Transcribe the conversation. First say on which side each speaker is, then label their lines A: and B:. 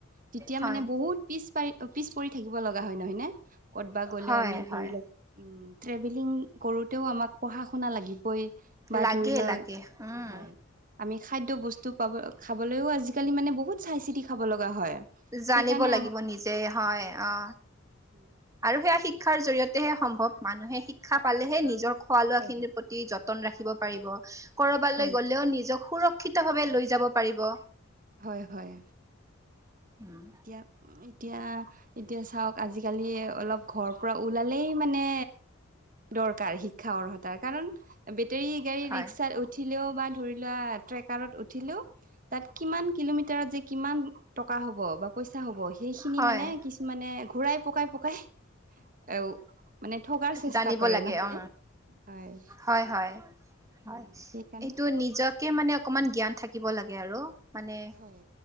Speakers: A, on the right; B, on the right.
A: তেতিয়া
B: হয়
A: মানে বহুত পিছ পাৰি অ পিছ পৰি থাকিব লগা হয় নহয় নে ক'তবা গ'লেও
B: হয়
A: আমি
B: হয়
A: ধৰি লওক উ ট্ৰেভেলিং কৰোতেও আমাক পঢ়া শুনা লাগিবই বা
B: লাগে
A: ধৰি লওক
B: লাগে উম
A: হয় আমি খাদ্য বস্তু পাব খাবলৈও আজিকালি মানে বহুত চাই চিতি খাব লগা হয়
B: জানিব
A: সেইকাৰণে
B: লাগিব নিজে হয় অ
A: উম
B: আৰু সেয়া শিক্ষাৰ জৰিয়তেহে সম্ভৱ মানুহে শিক্ষা পালেহে নিজৰ খোৱা লোৱা
A: হয়
B: খিনিৰ
A: হয়
B: প্ৰতি যত তন ৰাখিব পাৰিব কৰবালৈ
A: হয়
B: গলেও নিজক সুৰক্ষিত ভাৱে লৈ যাব পাৰিব
A: হয় হয়
B: উম,
A: এতিয়া এতিয়া এতিয়া চাওক আজিকালি এ অলপ ঘৰ পৰা ওলালেই মানে দৰকাৰ শিক্ষা অৰ্হতাৰ কাৰণ বেটেৰী গাড়ী
B: হয়
A: ৰিক্সাত উঠিলেও বা ধৰি লোৱা ট্ৰেকাৰত উঠিলেও <unintelligible> কিমান কিলোমিটাৰত যে কিমান টকা হ'ব বা পইচা হ'ব সেইখিনি
B: হয়
A: মানে কিছ <unintelligible> মানে ঘূৰাই পকাই-পকাই <inaudible> <unintelligible> এ মানে থগাকাৰ চেষ্টা
B: জানিব
A: কৰে
B: লাগে
A: নহয়
B: অ
A: নে? হয়।
B: হয় হয় হয়।
A: উম সেইকাৰণে
B: এইটো নিজক <inaudible> কে মানে অকমান জ্ঞান থাকিব লাগে আৰু মানে
A: হয়